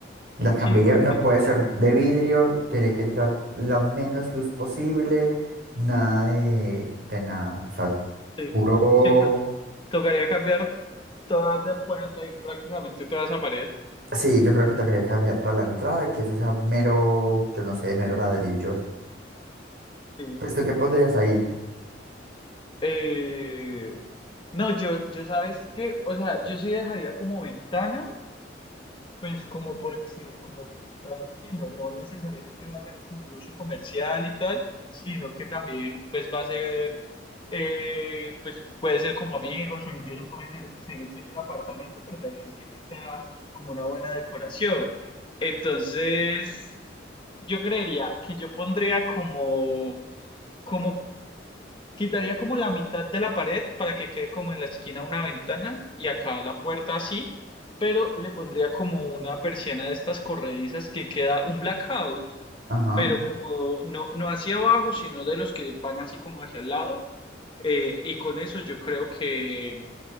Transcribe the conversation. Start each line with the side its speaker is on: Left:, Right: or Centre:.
Right: La cambiaría,
Left: sí, porque
Right: no puede ser de vidrio, tiene que entrar la menos luz posible, nada de, de nada. O sea,
Left: sí,
Right: puro.
Left: sí, to- tocaría cambiar toda esa puerta y prácticamente toda esa pared.
Right: Sí, yo creo que tocaría cambiar toda la entrada y que eso sea mero, yo no sé, mero ladrillo.
Left: Sí.
Right: Pues, ¿tú qué pondrías ahí?
Left: Eh, no, yo, yo sabes que, o sea, yo sí dejaría como ventana, pues como porque, como estabas diciendo, no necesariamente va a ser como un uso comercial y tal, sino que también pues va a ser, eh, pues puede ser como amigos o incluso puede ser seguir siendo el apartamento, pero la idea es que sea como una buena decoración. Entonces, yo creería que yo pondría como, como Quitaría como la mitad de la pared para que quede como en la esquina una ventana y acá la puerta así, pero le pondría como una persiana de estas corredizas que queda un blackout,
Right: Ajá.
Left: pero como no, no hacia abajo, sino de los que van así como hacia el lado. eh, y con eso yo creo que,